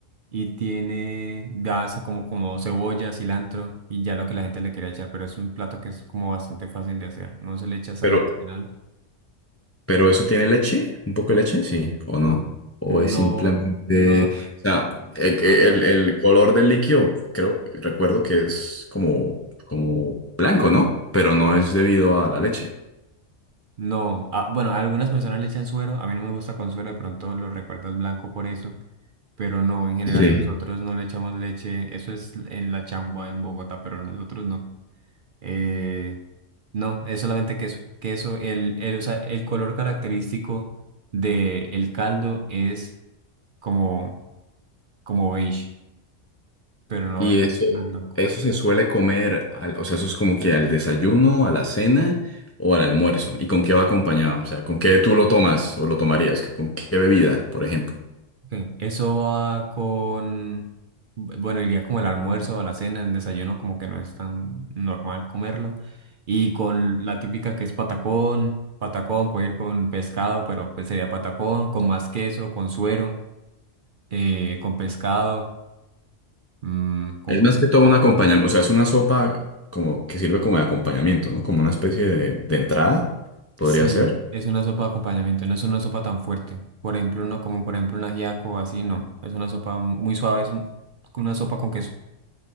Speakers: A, on the right; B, on the left.
A: y tiene gasa como, como cebolla, cilantro y ya lo que la gente le quiera echar. Pero es un plato que es como bastante fácil de hacer. No se le echa sal
B: Pero,
A: adicional.
B: pero ¿eso tiene leche? ¿Un poco de leche? Sí, ¿o no? ¿O
A: No,
B: es simplemente,
A: no,
B: o sea, e- e-
A: no.
B: el, el color del líquido, creo, recuerdo que es como, como blanco, ¿no? Pero no es debido a la leche.
A: No, Ah, bueno, a algunas personas le echan suero, a mí no me gusta con suero, de pronto lo recuerdas blanco por eso. Pero no, en general
B: Sí.
A: nosotros no le echamos leche. Eso es en la changua en Bogotá, pero nosotros no. Eh, no, es solamente queso. Queso, el, el, o sea, el color característico del caldo es como, como beige, pero no,
B: Y eso,
A: no es blanco.
B: eso se suele comer, al- o sea, eso es como que al desayuno, a la cena o al almuerzo. ¿Y con qué va acompañado? O sea, ¿con qué tú lo tomas o lo tomarías? ¿Con qué bebida, por ejemplo?
A: Sí, Eso va con, bueno, iría como el almuerzo, a la cena, el desayuno, como que no es tan normal comerlo. Y con la típica que es patacón, patacón puede ir con pescado, pero pues sería patacón, con más queso, con suero, eh, con pescado, mm, con...
B: Es más que todo un acompañamiento, o sea, es una sopa como que sirve como de acompañamiento, ¿no? Como una especie de, de entrada, podría
A: Sí,
B: ser.
A: es una sopa de acompañamiento, no es una sopa tan fuerte. Por ejemplo, uno, como por ejemplo un ajiaco o así, no. Es una sopa mu- muy suave, es un- una sopa con queso,